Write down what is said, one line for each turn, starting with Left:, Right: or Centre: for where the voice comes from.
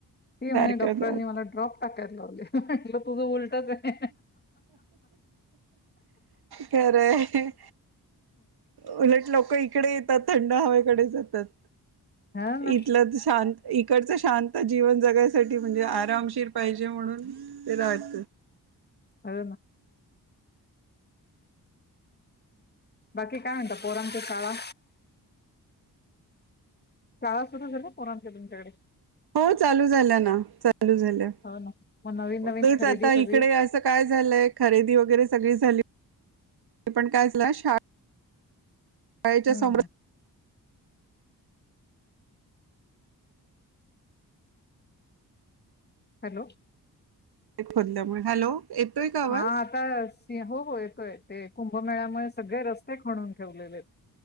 Left: ती म्हणे
Right: सारखं
Left: डॉक्टरांनी मला ड्रॉप टाकायला लावले म्हटलं तुझं उलटच आहे
Right: खरंय उलट लोक इकडे येतात थंड हवेकडे जात तत
Left: हा ना
Right: इथलं तर शांत इकडचं शांत जीवन जगायसाठी म्हणजे आरामशीर पाहिजे म्हणून ते रात
Left: अ ना बाकी काय म्हता पोरम क शाळा शाळा सुरू झाल पोरच्या तुमच्याकडे
Right: हो चालू झाल्या ना चालू झाल्या
Left: हो ना मग नवीन नवीन
Right: तेच
Left: खरेदी
Right: आता
Left: सगळी
Right: इकडे असं काय झालंय खरेदी वगैरे सगळी झाली ते पण काय झाला शा शाळेच्या
Left: हम्म
Right: सम्र
Left: हॅलो
Right: ते खोलल्यामुळे हॅलो येतोय का आवाज
Left: हा आता हो हो येतोय ते कुंभमेळ्यामुळे सगळे रस्ते खणून ठेवलेले आहेत